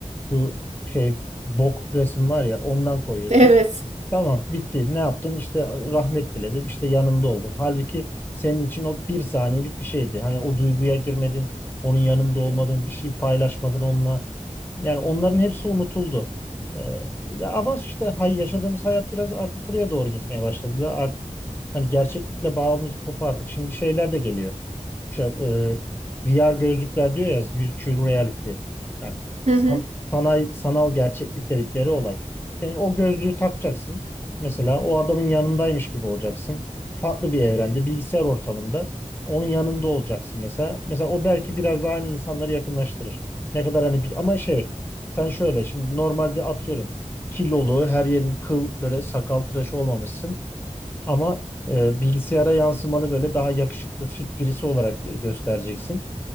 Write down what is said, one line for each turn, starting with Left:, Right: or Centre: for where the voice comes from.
Left: şu şey bok resmi var ya ondan koyuyorsun.
Right: Evet.
Left: Tamam bitti. Ne yaptın? İşte rahmet diledim. işte yanımda oldum. Halbuki senin için o bir saniyelik bir şeydi. Hani o duyguya girmedin. Onun yanımda olmadın. Bir şey paylaşmadın onunla. Yani onların hepsi unutuldu. Ee, ya ama işte hay yaşadığımız hayat biraz artık buraya doğru gitmeye başladılar. Artık hani gerçeklikle bağımızı kopardık. Şimdi şeyler de geliyor şey, e, VR gözlükler diyor ya virtual reality. Yani
Right: Hı
Left: san-
Right: hı.
Left: sanay, sanal gerçeklik dedikleri olay. Yani o gözlüğü takacaksın. Mesela o adamın yanındaymış gibi olacaksın. Farklı bir evrende, bilgisayar ortamında onun yanında olacaksın mesela. Mesela o belki biraz daha hani insanları yakınlaştırır. Ne kadar hani bir, ama şey sen şöyle şimdi normalde atıyorum kilolu her yerin kıl böyle sakal tıraşı olmamışsın. Ama e, bilgisayara yansımanı böyle daha yakışıklı, fit birisi olarak gö- göstereceksin.